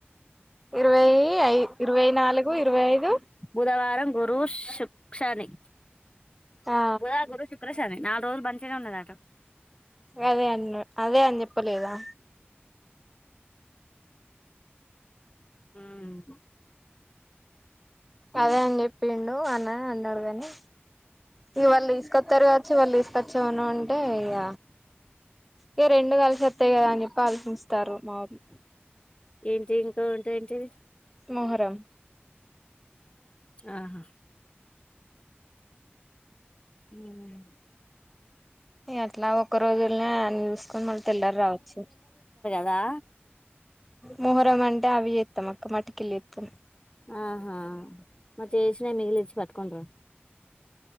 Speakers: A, in the centre; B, on the left.
A: ఇరవై అఐ ఇరవై నాలుగు ఇరవై ఐదు
B: బుధవారం గురు శని
A: ఆ
B: బుధ గురు శుక్రశని నాలుగు రోజులు మంచినే ఉండదట అట
A: అదే అన్న అదే అని చెప్పలేదా
B: ఉమ్
A: అదే అని చెప్పిండు అన్న అన్నాడు కాని ఇ వాళ్ళు తీసుకొస్తారు కావచ్చు వాళ్ళు తీసుకొచ్చామను అంటే ఇగ ఇగ రెండు కలిసి వస్తాయి కదా అని చెప్పి ఆలోచస్తారు మా ఊరు
B: ఏంటి ఇంకా ఉంటాదేటిది
A: మొహరం
B: ఆహా ఉమ్
A: అట్లా ఒక రోజులనే అన్నీ చూసుకొని మళ్ళీ తెల్లారీ రావచ్చు
B: దా
A: మొహరం అంటే అవి చెత్తాం అక్క మటుకిళ్ళ ఎత్తాం
B: ఆహా మరి చేసినా మిగిలిచ్చి పట్టుకుండ్ర